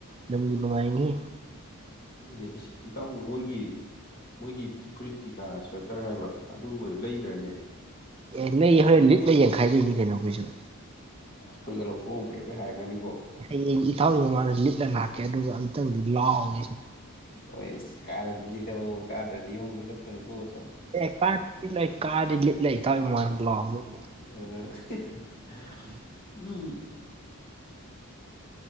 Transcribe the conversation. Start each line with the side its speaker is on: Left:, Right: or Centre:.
Right: ꯅꯪꯗꯤ ꯅꯨꯡꯉꯥꯏ
Left: ꯑꯗꯨ ꯏꯇꯥꯎꯕꯨ ꯃꯣꯏꯒꯤ ꯃꯣꯏꯒꯤ ꯐꯨꯔꯤꯠ ꯀꯩꯀꯥ ꯁ꯭ꯋꯦꯇꯔ ꯍꯥꯏꯕ꯭ꯔꯥ ꯑꯗꯨꯕꯨꯗꯤ ꯂꯩꯗ꯭ꯔꯅꯦ
Right: ꯑꯦ ꯅꯣꯏ ꯍꯣꯔꯦꯟ ꯂꯤꯠꯅ ꯌꯦꯡꯈꯥꯏꯗꯣꯏꯅꯤ ꯀꯩꯅꯣ ꯑꯩꯈꯣꯏꯁꯨ
Left: ꯑꯩꯈꯣꯏꯒ ꯂꯧꯐꯨ ꯐꯩꯕꯩ ꯍꯥꯏꯔꯒꯅꯤꯀꯣ
Right: ꯍꯌꯦꯡ ꯏꯇꯥꯎꯁꯤ ꯃꯃꯥꯡꯗ ꯂꯤꯠꯂ ꯂꯥꯛꯀꯦ ꯑꯗꯨꯒ ꯑꯃꯨꯇꯪꯗꯤ ꯂꯥꯎꯒꯦ
Left: ꯑꯣ ꯀꯥꯔꯗꯤ ꯂꯤꯂ ꯀꯥꯗ꯭ꯔꯗꯤ ꯂꯅ ꯀꯣ
Right: <unintelligible>
Left: <unintelligible>
Right: ꯎꯝ
Left: ꯎꯝ